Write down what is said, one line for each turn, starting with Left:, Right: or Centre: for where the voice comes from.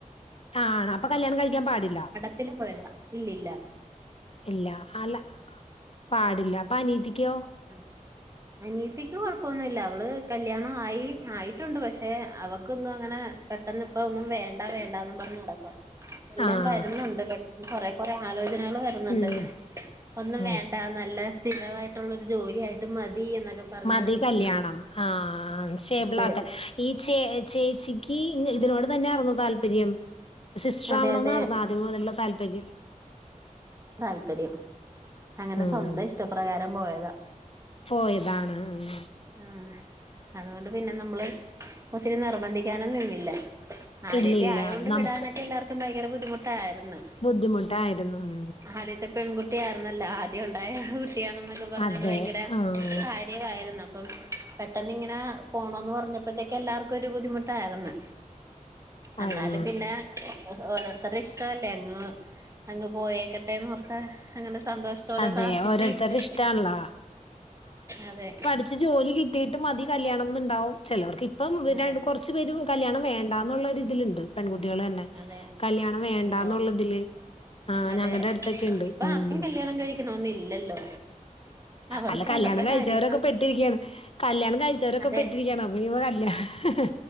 Left: ആഹ് അപ്പൊ കല്യാണം കഴിക്കാൻ പാടില്ല.
Right: ത്തിൽ പോയതാ ഇല്ലല്ല
Left: ഇല്ല അല്ല പാടില്ല അപ്പൊ അനിയത്തിക്കോ?
Right: ഉം അനീയതിക്ക് കൊഴപ്പൊന്നുല്ല അവള് കല്യാണം ആയി ആയിട്ടുണ്ട് പക്ഷെ അവക്കൊന്നും അങ്ങനെ പെട്ടെന്ന് ഇപ്പ ഒന്നും വേണ്ട വേണ്ടാന്ന് പറഞ്ഞഞ് നടക്കാ എല്ലാം
Left: ആഹ്
Right: വരുന്നുണ്ട് പെ കൊറെ കൊറെ ആലോചനകൾ വരുന്നുണ്ട്
Left: ഉം
Right: ഒന്നും
Left: ഉം
Right: വേണ്ട നല്ല സ്ഥിരമായിട്ട് ട്ടൊരു ജോലിയായിട്ട് മതി എന്നൊക്കെ
Left: മതി
Right: നിക്ക്ണത്
Left: കല്യാണം ആഹ സറ്റേബിളാകാൻ
Right: അതെ
Left: ഈ ചേ ചേച്ചിക്ക് ഇതിനോട് തന്നെ യാർന്നോ താല്പര്യം സിസ്റ്റർ
Right: അതെ
Left: ആവണന്നാർന്നോ
Right: അതെ
Left: ആദ്യം മുതലുള്ള താല്പര്യ?.
Right: താല്പര്യം അങ്ങനെ
Left: ഉം
Right: സ്വന്തം ഇഷ്ടപ്രകാരം പോയതാ
Left: പോയതാണ് ആഹ്
Right: ആഹ് അതുകൊണ്ട് പിന്നെ നമ്മള് ഒത്തിരി നിർബന്ധിക്കാനോന്നും നിന്നില്ല. ആദ്യായിട്ട്
Left: ഇല്ല ഇല്ല
Right: ആയൊണ്ട്
Left: നമുക്ക്
Right: വിടാനൊക്കെ എല്ലാവർക്കും ഭയങ്കര ബുദ്ധിമുട്ടാരുന്നു
Left: ബുദ്ധിമുട്ടായിരുന്നു ഉം
Right: ആദ്യത്തെ പെൺകുട്ടി ആയിരുന്നല്ലോ ആദ്യം ഉണ്ടായ കുട്ടിയാണെന്നൊക്കെ പറഞ്ഞോ
Left: അതെ
Right: ഭയങ്കര
Left: ആഹ്
Right: കാര്യ തായിരുന്നു. അപ്പം പെട്ടെന്ന് ഇങ്ങനെ പോണന്ന് പറഞ്ഞപ്പത്തേക്ക് എല്ലാർക്കൊരു ബുദ്ധിമുട്ടാര്ന്ന് എന്നാലും
Left: അത്
Right: പിന്നെ ഓരോരുത്തരുടെ ഇഷ്ടല്ലേ അങ്ങ് അങ്ങ് പോയേക്കട്ടെന്ന് ഓർത് അങ്ങനെ സന്തോഷത്തോടെ
Left: അതെ
Right: പ്രാർത്ഥിച്ച്
Left: ഓരോരുത്തരുടെ
Right: വിട്ട്
Left: ഇഷ്ടാണല്ലോ
Right: അതെ
Left: ച്ച് ജോലി കിട്ടിട്ട് മതി കല്യാണംന്നുണ്ടാവും ചിലവർക്ക് ഇപ്പം
Right: അതെ
Left: രൻ കുറച്ച് ച്ചുപേരും കല്യാണം വേണ്ടന്നുള്ള ഒരു ഇതിലുണ്ട് പെൺകുട്ടികൾ തന്നെ
Right: അതെ
Left: കല്യാണം വേണ്ടാന്നുള്ളതില്
Right: അതെ
Left: ആഹ്
Right: അതെ
Left: ഞങ്ങടെ അടുത്തൊക്കെ ഉണ്ട്
Right: ഇപ്പൊ
Left: ഉം
Right: ആർക്കും കല്യാണം കഴിക്കണോന്നില്ലല്ലോ അവർക്ക്
Left: അല്ല കല്യാണം
Right: അവരുടെ
Left: കഴിച്ചവരൊക്കെ
Right: കാര്യം നോക്കി
Left: പെട്ടി രിക്കയാണ് കല്യാണം കഴിച്ചവരൊക്കെ
Right: അതെ
Left: പെട്ടിരിക്കാണ് അപ്പോ ഇനി ഇപ്പോ കല്യാ ഹ് ഹ്